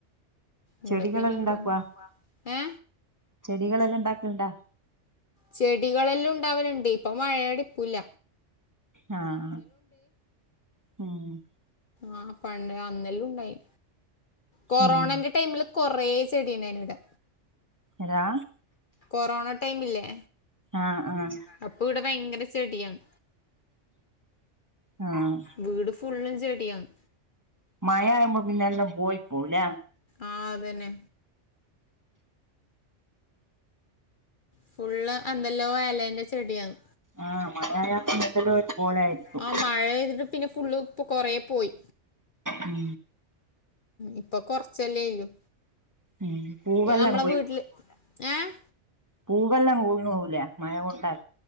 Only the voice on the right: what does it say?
ചെടികളെല്ലാംണ്ടാക്വോ
ചെടികളെല്ലാം ഇണ്ടാക്ക്ണ്ടാ?
ആഹ് ആഹ് ഹും
ഉം
എടാ
ആഹ് ആഹ്
ആഹ്
മയാവുമ്പോ പിന്നെല്ലോം പോയിപോവുംലെ.
ആഹ് മയായ എന്തല്ലോം പോലെയരിക്കും.
ഉം
ഉം പൂവെല്ലാം
പൂവെല്ലോം വീണ് പോകൂലെ മഴകൊണ്ടാൽ.